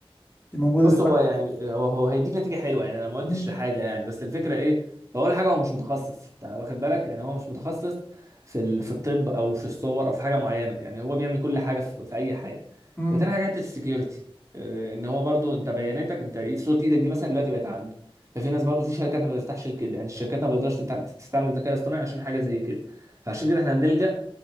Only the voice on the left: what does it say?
دي موجودة
دلوقتي
مم.